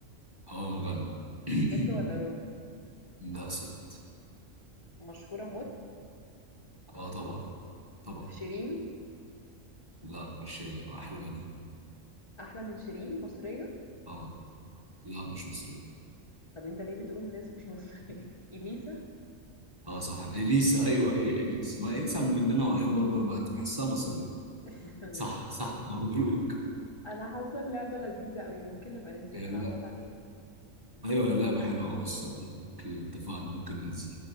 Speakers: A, on the right; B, on the left.
A: اه مغني <clears throat>
B: ست ولا راجل
A: لا ست
B: مشهورة موت
A: اه طبعا طبعا
B: شيرين
A: لا مش هي احلى منها
B: أحلى من شيرين مصرية
A: اه لا مش مصرية
B: طب انت ليه بتقول ناس مش مصرية <laughs> إليسا
A: اه صح اليسا ايوه هي اليسا ما اليسا مننا وعلينا برضه انا بعت بحسها مصريه
B: <laughs> ماشي
A: صح صح مبروك
B: أنا حاسة اللعبة لذيذة قوي ممكن نبقى ننزل
A: يلا
B: نلعبها بعدين
A: ايوه اللعبه حلوه قوي الصراحه اوكي اتفقنا ممكن ننزل